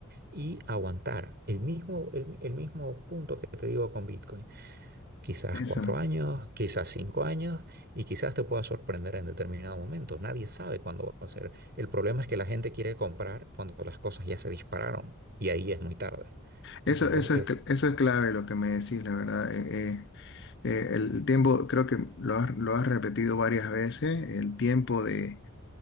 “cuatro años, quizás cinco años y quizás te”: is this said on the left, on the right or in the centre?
Right